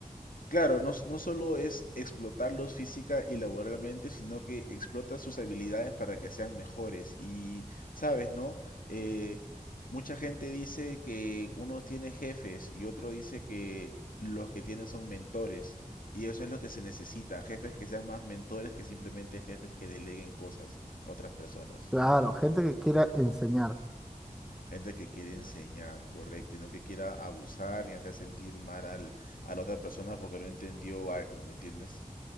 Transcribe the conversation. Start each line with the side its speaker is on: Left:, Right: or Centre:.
Left: Claro, no, s- no solo es explotarlos física y laboralmente, sino que explota sus habilidades para que sean mejores. Y, sabes, ¿no? Eh, mucha gente dice que uno tiene jefes y otro dice que los que tienen son mentores. Y eso es lo que se necesita, jefes que sean más mentores que simplemente jefes que deleguen cosas a otras personas.
Centre: Claro, gente que quiera enseñar.
Left: Gente que quiere enseñar, correcto, y no que quiera abusar ni hacer sentir mal al- a la otra persona porque no entendió algo, ¿me entiendes?